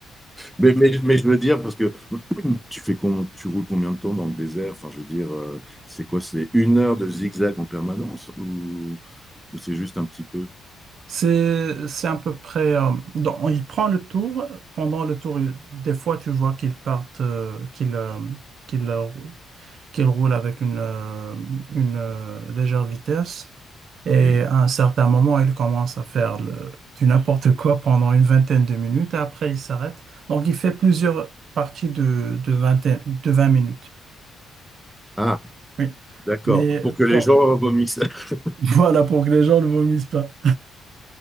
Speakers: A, in the centre; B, on the right (about 65°).
A: Mais, mais, mais je veux dire, parce que <clears throat> tu fais com- tu roules combien de temps dans le désert? Enfin, je veux dire, euh, c'est quoi? C'est une heure de zigzag en permanence ou, ou c'est juste un petit peu?
B: C'est, c'est à peu près. euh, donc, il prend le tour. Pendant le tour, il- des fois, tu vois qu'il partent, euh, qu'il, euh, qu'il, euh, qu'il roule avec une, euh, une euh, légère vitesse. Et
A: Oui.
B: à un certain moment, il commence à faire le- du n'importe quoi pendant une vingtaine de minutes. Et après, il s'arrête. Donc, il fait plusieurs parties de, de, vingtaine- de 20 minutes.
A: Ah,
B: Oui.
A: d'accord.
B: Mais
A: Pour que les
B: bon,
A: gens vomissent. <laughs>
B: <laughs> voilà, pour que les gens ne vomissent pas.